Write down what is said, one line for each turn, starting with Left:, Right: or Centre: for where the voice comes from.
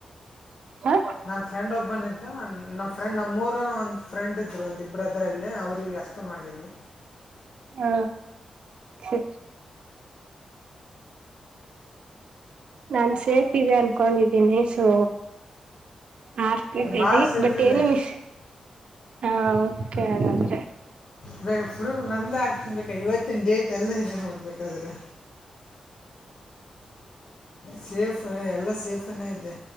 Right: ಹ
Left: ನನ್ ಫ್ರೆಂಡ್ ಒಬ್ಬನ ಇದ್ದ ನಮ್ ಫ್ರೆಂಡ್ ನಮ್ಮೂರನ್ ಒಂದು ಫ್ರೆಂಡ್ ಇದ್ ಅದ್ರ ಒಂದು ಇಬ್ಬ್ರ ಅದರಲ್ಲೇ ಅವ್ರ ಇವ್ ಅಷ್ಟೇ ಮಾಡಿನಿ.
Right: ಹಾ ಹಾ ನಾನ್ ಸೇಫ್ ಇದೆ ಅನ್ಕೊಂಡಿದ್ದೀನಿ ಸೊ ಹಾಕಿದೀನಿ
Left: ಭಾಳ ಸೇಫ್
Right: ಬಟ್
Left: ಇದೆ
Right: ಏನು ವಿಶ್ ಹಾ ಓಕೆ ಹಾಗಾ
Left: ಬ ಪ್ರೂಫ ನಂದ ಹಾಕ್ತಿನ್ ಬೇಕ ಇವತ್ತಿನ್ ಡೇಟ್ ಎಲ್ಲ ಇದೆ ನೋಡ್ಬೇಕಾದ್ರೆ ಸೇಫ್ ಎಲ್ಲಾ ಸೇಫನೇ ಇದೆ.